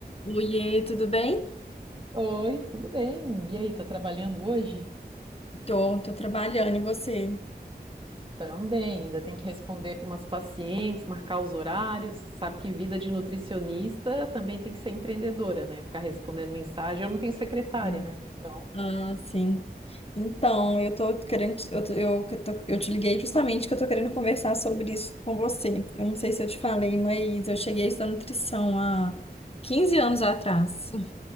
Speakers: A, on the left (about 35°); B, on the right (about 30°).
A: Oiê, tudo bem?
B: Oi, tudo bem? E aí, tá trabalhando hoje?
A: Tô, tô trabalhando e você?
B: Também, ainda tem que responder para umas pacientes, marcar os horários. Sabe que vida de nutricionista também tem que ser empreendedora, né? Ficar respondendo mensagem. Eu não tenho secretária,
A: Sim.
B: né? Então,
A: Ah, sim. Então, eu tô querendo, eu, tô- eu, que tô- eu te liguei justamente que eu tô querendo conversar sobre isso com você. Eu não sei se eu te falei, mas eu cheguei a estudar nutrição há 15 anos atrás.